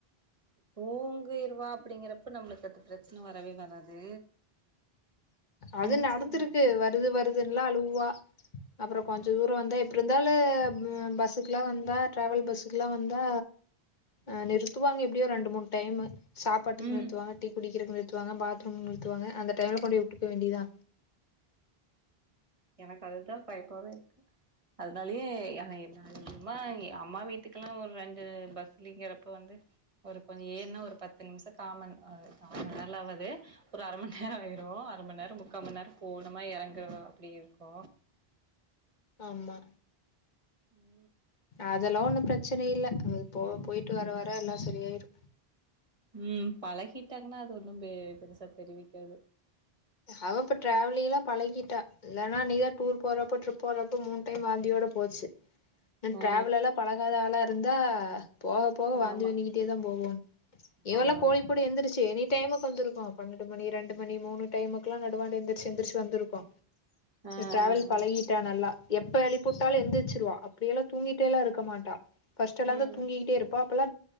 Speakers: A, on the right (about 35°); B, on the left (about 50°).
A: தூங்கிறுவா அப்டிங்கிறப்ப நம்மளுக்கு அது பிரச்சன வரவே வராது
B: அது
A: முழிச்சிருந்தா
B: நடந்திருக்கு வருது வருதுன்ல்லா அழுவு வா அப்பறோ கொஞ்சொ
A: ஆ
B: தூரொ வந்தா இப் அப்ற இருந்தாலு பஸ்ஸுக்குலா வந்தா ட்ராவல் பஸ்ஸுக்குலா வந்தா உ நிறுத்துவாங்க எப்டியோ ஒரு ரெண்டு மூணு டைம்மு சாப்பாட்டுக்கு
A: ம்
B: நிறுத்துவாங்க டீ குடிக்கிறதுக்கு நிறுத்துவாங்க பாத்ரூம் நிறுத்துவாங்க அந்த டைம்ல கொண்டுய விட்டு பபோ வேண்டியதா
A: எனக்கு அதுதா சைக்கோவே இருக்கு அதனால யே ஏ ஏமா அம்மா வீட்டுக்கெல்லா ஒரு ரெண்டு பஸ்லிங்கிறப்ப வந்து ஒரு கொஞ்சொ ஏனா ஒரு பத்து நிமிஷ காமன் ஆ காமணிே நேர ஆவது ஒரு அர மணி நேரொ ஆயிருவு அர மணி நேர முக்கா மணி நேரொ போனுமா எறங்குற அப்டி இருக்கு
B: ஆமா
A: உம்
B: அதெல்லா ஒண்ணு பிரச்சன இல்ல அ போ போயிட்டு வர வர எல்லா சரியாயிரு
A: உம் பழகிட்டாங்கன்னா அது ஒண்ணு பெ பெருசா தெரிவிக்காது
B: அவ இப்ப டிராவலிங்ல்லா பழகிட்டா இல்லன்னா நீதா டூர் போறப்போ ட்ரிப் போறப்போ மூணு டைம் வாந்தியோட போச்சு உ டிராவல்
A: ஆ
B: எல்லா பழகாத ஆளா இருந் ந்தா போக போக வாந்தி
A: ஆமா
B: பண்ணிக்கிட்டே தா போகணோ இவெல்லா
A: ஆமா ஆமா
B: கோயில்
A: ஆமா
B: போக எழுந்திரச்சு இனி டைமுக்கு வந்திருக்கோ பன்னெண்டு மணி ரெண்டு மணி மூணு டைமுக்கு எல்லா நடவாண்ட எந்திரச்சு எந்திரச்சுலா வந்திருக்கோ
A: ஆ ஆ
B: ட்ராவெல் பழகிட்டா நல்லா எப்ப எழிப்பிவுட்டாலு எந்திருச்சுருவ அப்படியெ எல்லா தூங்கிட்டேல்லா இருக்க மாட்டா பஸ்ட் எல்லா
A: ம்
B: தூங்கிக்கிட்டே இருப்பா இப்பெல்லா